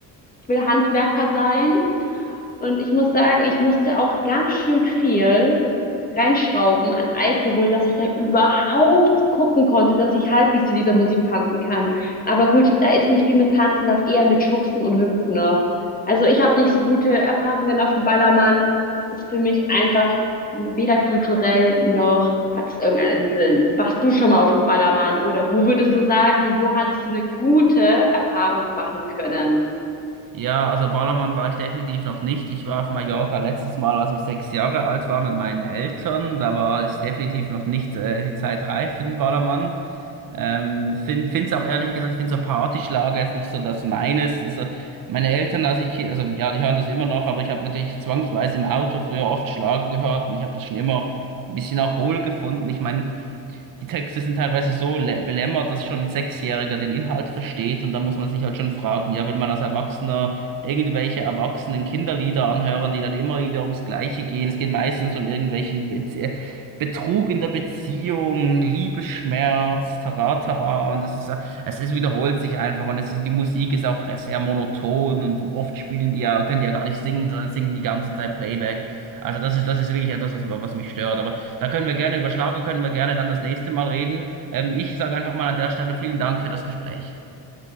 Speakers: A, on the left; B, on the right.
A: Ich will Handwerker sein. Und ich muss sagen, ich musste auch ganz schön viel reinschrauben an Alkohol, dass ich da überhaupt gucken konnte, dass ich halbwegs zu dieser Musik tanzen kann. Aber gut, da ist nicht viel mit Tanzen, das eher mit Schubsen und Hüpfen. Ne? Also ich habe nicht so gute Erfahrungen auf dem Ballermann. Das ist für mich einfach weder kulturell noch hat es irgendeinen Sinn. Warst du schon mal auf dem Ballermann oder wo würdest du sagen, wo hattest du eine gute Erfahrung machen können?
B: Ja, also Ballermann war ich definitiv noch nicht. Ich war auf Mallorca letztes Mal, als ich sechs Jahre alt war, mit meinen Eltern. Da war ich definitiv noch nicht, äh, die Zeit reif für den Ballermann. Ähm, find, find's auch ehrlich gesagt, ich finde so Partyschlager jetzt nicht so das meines. Also meine Eltern, als ich, Ki- also ja, die hören das immer noch, aber ich habe natürlich zwangsweise im Auto früher oft Schlager gehört und ich habe das schon immer ein bisschen auch hohl gefunden. Ich meine, die Texte sind teilweise so lä- belämmert, dass schon ein Sechsjähriger den Inhalt versteht und da muss man sich halt schon fragen, ja, will man als Erwachsener irgendwelche erwachsenen Kinderlieder anhören, die dann immer wieder ums Gleiche gehen? Es geht meistens um irgendwelchen Bez äh, Betrug in der Beziehung, Liebesschmerz, Taratara und es ist, es ist wiederholt sich einfach und es ist, die Musik ist auch sehr monoton und oft spielen die ja, können die ja gar nicht singen, sondern singen die ganze Zeit Playback. Also das ist, das ist wirklich etwas, was, was mich stört. Aber da können wir gerne über Schlager, können wir gerne dann das nächste Mal reden. Ähm, ich sage einfach mal an der Stelle vielen Dank für das Gespräch.